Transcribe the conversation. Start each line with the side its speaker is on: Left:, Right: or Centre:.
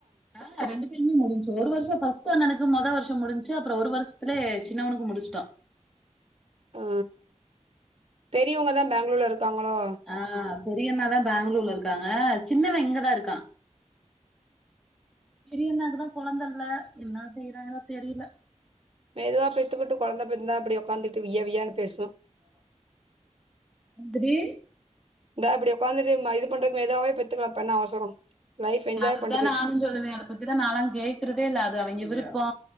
Centre: ஆ ரெண்டு பேருமே முடிஞ்ச்சு ஒரு வருஷோ பா பெரியண்ணனுக்கு மொதோ வருஷோ முடிஞ்ச்சு அப்பறோ ஒரு வருஷத்துலே சின்னவனுக்கு முடிச்சுட்டோ
Right: ஆ பெரியவங்கதா பேங்களூர்ல இருக்காங்களோ
Centre: ஆ பெரியண்ணாதா பேங்களூர்ல இருக்காங்க சின்னவ இங்கதா இருக்கா பெரியண்ணாக்குதா கொழந்த இல்ல என்ன செய்றாங்களோ தெரியல
Right: மெதுவா பெத்துக்கிட்டு கொழந்தை பிறந்தா இப்டி உக்காந்துட்டு விய்ய விய்யான்னு பேசு
Centre: எந்திரி
Right: இந்தா இப்டி உக்காந்துட்டு இது பண்றதுக்கு மெதுவாவே பெத்துக்கலா இப்ப எண்ணா அவசரோ லைஃப் என்ஜாய்
Centre: அதுதா
Right: பண்ணி பெத்துக்கிறே
Centre: நானு சொல்லுவே அத பத்திதா நாலா கேக்குறதே இல்ல அது அவிங்க விருப்போ